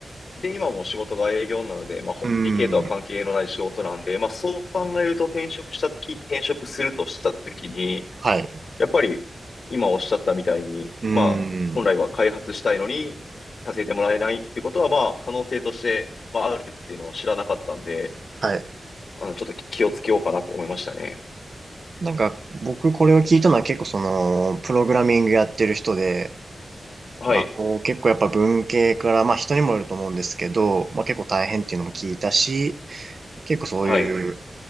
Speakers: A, on the left; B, on the right.
A: で、今も仕事が営業なので、まあ、ほ理系とは関係のない仕事なんで、
B: うーん。
A: まあ、そう考えると転職したとき、転職するとしたときに、
B: はい。
A: やっぱり今おっしゃったみたいに、
B: うー
A: まあ、本来は開発したいのにさせてもらえないっていうことは、
B: ん。
A: まあ、可能性として、まあ、あるっていうのは知らなかったんで、
B: はい。
A: あの、ちょっと気をつけようかなって思いましたね。
B: なんか、僕これを聞いたのは結構その、プログラミングやってる人で、
A: はい。
B: まあこう結構やっぱ文系から、まあ人にもよると思うんですけど、まあ結構大変っていうのも聞いたし、結構そういう、
A: はい。